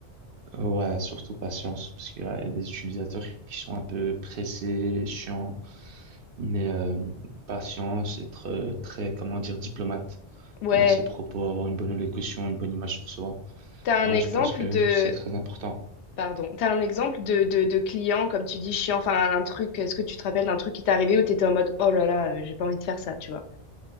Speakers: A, on the right (about 55°); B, on the left (about 70°).
A: Ouais, surtout patience, parce qu'il y a, il y a des utilisateurs qui sont un peu pressés, chiants, mais euh, patience, être euh, très, comment dire, diplomate
B: Ouais.
A: dans ses propos, avoir une bonne élocution, une bonne image sur soi.
B: T'as un
A: Ouais,
B: exemple
A: je pense que,
B: de,
A: que c'est très important.
B: pardon, t'as un exemple de, de, de client, comme tu dis, chiant, enfin un truc, est-ce que tu te rappelles d'un truc qui t'est arrivé où t'étais en mode, oh là là, euh, j'ai pas envie de faire ça, tu vois.